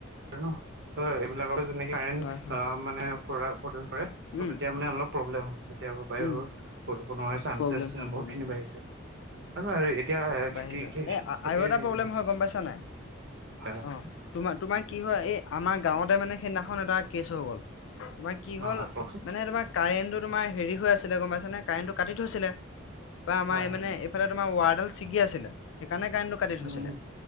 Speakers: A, on the right (about 60°); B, on the left (about 70°).
A: ন অ'ই, এইবিলাকৰ যনেকেই কাৰেণ্
B: হয় হয়
A: মানে প্ৰ-প্ৰডিউ কৰে
B: উম
A: তেতিয়া মানে অলপ প্ৰব্লেম হয় তেতিয়া বায়ুৰ
B: উম
A: প্ৰদূষণ হোৱাৰ চান্ঞ্চেছ
B: প্ৰব্লেম হয়
A: বহুত
B: প্ৰব্লেম
A: খিনি
B: হয়
A: বাঢ়িছে আৰু হয় এতিয়া
B: বাঢ়ি যায়
A: খেতিৰ
B: এ আৰু এটা
A: দিন
B: প্ৰব্লেম
A: ন
B: হয় গম পাইছা নাই
A: হয় হয়
B: অ তোমাৰ তোমাৰ কি হয় এই আমাৰ গাঁৱতে মানে সেইদিনাখন এটা কেচ হৈ গ'ল তোমাৰ কি
A: ন
B: হ'ল
A: হয় কওকচোন
B: মানে তোমাৰ কাৰেণ্টো তোমাৰ হেৰি হৈ আছিলে গম পাইছা নে কাৰেণ্টো কাটি থৈছিলে বা আমাৰ
A: হয়
B: এই
A: হয়
B: মানে
A: হয়
B: ফালে তোমাৰ ৱাৰডাল ছিগি আছিলে সেইকাৰণে কাৰেণ্টো কাটি
A: উম
B: থৈছিলে